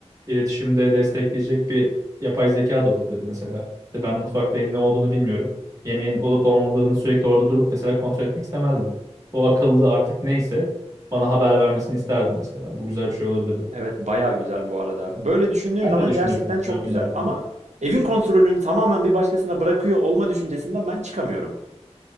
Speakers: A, on the right; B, on the right.
A: iletişimde destekleyecek bir yapay zeka da olabilirdi mesela. İşte ben mutfaktayım ne olduğunu bilmiyorum. Yemeğin olup olmadığını sürekli orada durup mesela kontrol etmek istemezdim. O akıllı artık neyse bana haber vermesini isterdim mesela. Bu güzel bir şey olabilirdi.
B: Evet bayağı güzel bu arada. Böyle düşündüğün
A: Sen
B: zaman
A: ne düşünüyorsun
B: gerçekten
A: mesela
B: çok
A: bunlar
B: güzel.
A: hakkında?
B: Ama evin kontrolünü tamamen bir başkasına bırakıyor olma düşüncesinden ben çıkamıyorum.